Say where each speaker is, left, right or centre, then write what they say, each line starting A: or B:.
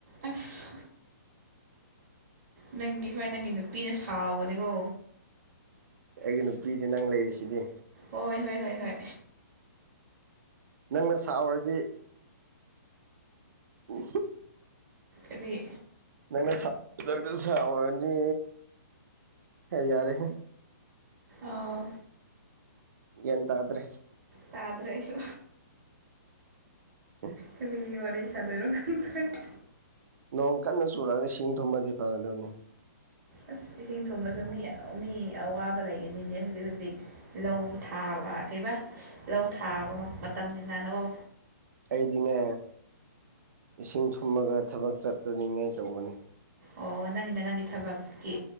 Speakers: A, on the right; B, on the right.
A: ꯑꯁ ꯅꯪꯒꯤ ꯍꯣꯔꯦꯟ ꯅꯪꯒꯤ ꯅꯨꯄꯤꯅ ꯁꯥꯎꯕꯅꯦꯀꯣ
B: ꯑꯩꯒꯤ ꯅꯨꯄꯤꯗꯤ ꯅꯪ ꯂꯩꯔꯤꯁꯤꯗꯤ
A: ꯍꯣꯏ ꯍꯣꯏ ꯍꯣꯏ ꯍꯣꯏ
B: ꯅꯪꯅ ꯁꯥꯥꯎꯎꯔꯗꯤ ꯎ
A: ꯑꯗꯨꯔꯤ
B: ꯅꯪꯅ ꯁꯔꯗꯤ ꯍꯥꯏ ꯌꯥꯔꯦ
A: ꯑꯥꯎ
B: ꯌꯦꯇ꯭ꯔꯦ
A: ꯇꯥꯗ꯭ꯔꯦꯁꯨ
B: ꯎꯝ
A: ꯀ ꯐꯤ ꯋꯥꯔꯤ ꯋꯥꯔꯤ ꯆꯗꯔ ꯈꯗꯦ
B: ꯅꯣꯡ ꯀꯟꯅ ꯆꯨꯔꯑꯒ ꯏ ꯁꯤꯡ ꯊꯨꯝꯃꯗꯤ ꯐꯒꯗꯕꯅꯤ
A: ꯑꯁ ꯏꯁꯤꯡ ꯊꯨꯝꯕꯁꯨ ꯃꯤ ꯃꯤ ꯑꯋꯥꯕ ꯂꯩꯒꯅꯤꯅꯦ ꯍꯧꯖꯤꯛ ꯍꯧꯖꯤꯛ ꯂꯧ ꯊꯥꯕ ꯀꯩꯕ ꯂꯧ ꯊꯥꯕ ꯃꯇꯝꯅꯤꯅꯅꯀꯣ
B: ꯑꯩꯗꯤꯅꯦ ꯏꯁꯤꯡ ꯊꯨꯝꯃꯒ ꯊꯕꯛ ꯆꯠꯇꯅꯤꯡꯉꯥꯏ ꯇꯧꯕꯅꯤ
A: ꯑꯣ ꯅꯪꯒꯤꯅ ꯅꯪꯒꯤ ꯊꯕꯛꯀꯤ